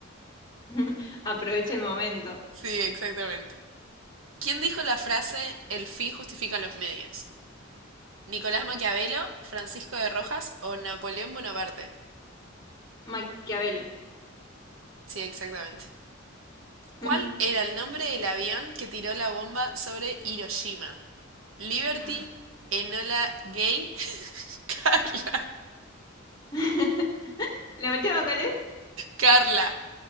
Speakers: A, on the left; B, on the right.
A: <laughs> Aprovecha el momento.
B: Sí, exactamente. ¿Quién dijo la frase el fin justifica los medios? ¿Nicolás Maquiavelo, Francisco de Rojas o Napoleón Bonaparte?
A: Maquiavelo.
B: Sí, exactamente.
A: <laughs>
B: ¿Cuál era el nombre del avión que tiró la bomba sobre Hiroshima? Liberty,
A: Ah.
B: Enola Gay, <laughs> Carla,
A: <laughs> ¿La última cuál es?
B: Carla.